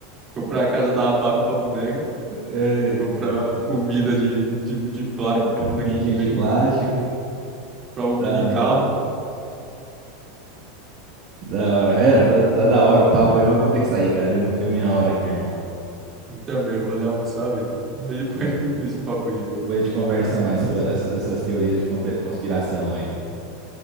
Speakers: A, on the right; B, on the right.
A: comprar a casa da Barbie pra boneca,
B: É,
A: comprar
B: cara.
A: comida de, de, de plástico pra boneca
B: Comidinha
A: comer,
B: de plástico.
A: pra um mini
B: Da
A: carro.
B: hora. Da hora. Ryan,
A: Ô,
B: tá,
A: comédia.
B: tá da hora o papo aí, mas eu vou ter que sair, cara. Deu, deu minha hora aqui, irmão.
A: E Também vou ali almoçar, velho. Aí depois
B: É,
A: a gente continua esse papo aí, velho.
B: depois a gente conversa
A: Massa
B: mais
A: demais.
B: sobre, a- sobre essas teorias de compe- conspiração aí.